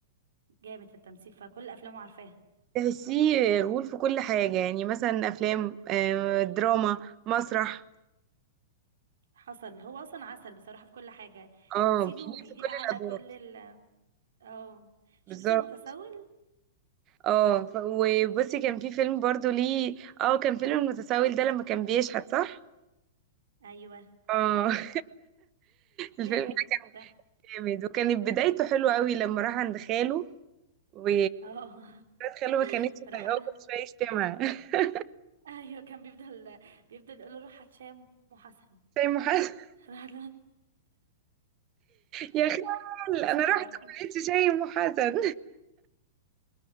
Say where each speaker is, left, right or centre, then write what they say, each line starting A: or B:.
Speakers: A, on the right (about 75°); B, on the right (about 35°).
A: جامد في التمثيل فكل افلامه عارفاها
B: تحسيه غول في كل حاجة يعني مثلا أفلام آه، دراما مسرح
A: حصل هو اصلا عسل بصراحه في كل حاجه
B: اه
A: تمثيله
B: بيليه
A: بيليق
B: في كل
A: على
B: الأدوار
A: كل ال اه شفت
B: بالظبط
A: المتسول
B: اه ف- وبصي كان في فيلم برضه ليه اه كان فيلم المتسول ده لما كان بيشحت صح؟
A: ايوه
B: اه <laughs>
A: جامد
B: الفيلم ده
A: ده
B: جامد وكانت بدايته حلوة قوي لما راح عند خاله و
A: اه
B: بنت خاله ما كانتش
A: <laughs> راح
B: طايقاه
A: قال
B: كل شوية يشتمها <laughs>
A: ايوه كان بيفضل بيفضل يقول له روح هتشام وحسن
B: شايم حسن
A: راح
B: يا خال
A: مسخرة
B: انا رحت
A: بجد.
B: ما لقيتش شايم حسن